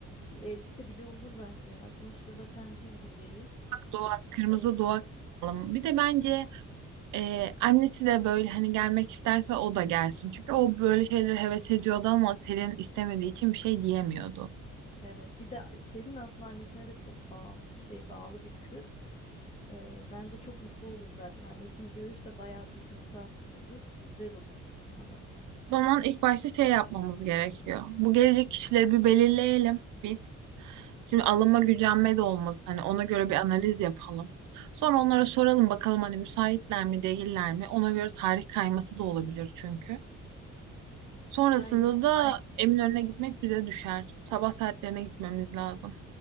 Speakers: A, on the left; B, on the right.
A: bir elbise bile olur bence ya. Sonuçta zaten biz bizeyiz.
B: Doğak, kırmızı
A: E,
B: doğak. alalım. Bir de bence e, annesi de böyle hani gelmek isterse o da gelsin. Çünkü o böyle şeyleri heves ediyordu ama Selin istemediği için bir şey diyemiyordu.
A: evet bir de Selin aslında annesine de çok bağım, şey bağlı bir kız. E, bence çok mutlu olur zaten annesini görürse bayağı duygusal olur. Güzel olur. Tamam.
B: O zaman ilk başta şey yapmamız gerekiyor. Bu gelecek kişileri bir belirleyelim biz. Şimdi alınma gücenme de olmasın. Hani ona göre bir analiz yapalım. Sonra onlara soralım bakalım hani müsaitler mi değiller mi? Ona göre tarih kayması da olabilir çünkü. Sonrasında
A: Aynen.
B: da Eminönü'ne gitmek bize düşer. Sabah saatlerine gitmemiz lazım.